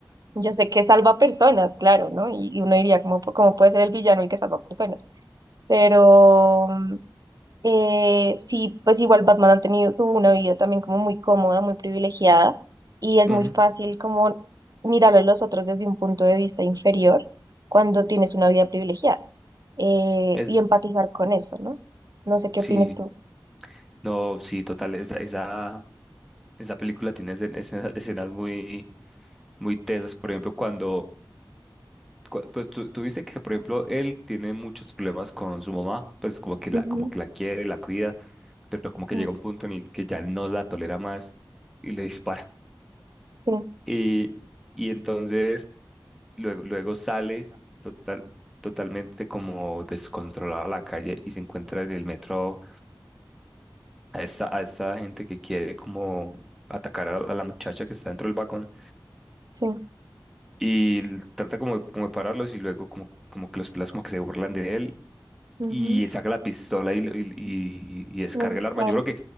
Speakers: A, on the right; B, in the centre.
A: yo sé que salva personas, claro, ¿no? Y, y uno diría, ¿cómo, cómo puede ser el villano el que salva personas? Pero mm, eh, sí, pues igual Batman ha tenido, tuvo una vida también como muy cómoda, muy privilegiada y es
B: ujú.
A: muy fácil como mirarlo a los otros desde un punto de vista inferior cuando tienes una vida privilegiada eh,
B: Es,
A: y empatizar con eso, ¿no? No sé qué
B: sí,
A: opinas tú.
B: no, sí, total. Esa, esa, esa película tiene escen- escena- <laughs> escenas muy, muy tesas. Por ejemplo, cuando cu- pues tú, tú dices que, por ejemplo, él tiene muchos problemas con su mamá, pues como que la,
A: Ujú,
B: como que la quiere, la cuida, pero como que
A: ujú,
B: llega un punto en el que ya no la tolera más y le <laughs> dispara.
A: Sí,
B: Y, y entonces luego, luego sale total, totalmente como descontrolado a la calle y se encuentra en el metro a esta, a esta gente que quiere como atacar a, a la muchacha que está dentro del vagón
A: sí,
B: y l- trata como, como de pararlos y luego como, como que los pelas como que se burlan de él
A: ujú,
B: y saca la pistola y, y, y- y descarga
A: Los disparos.
B: el arma. Yo creo que,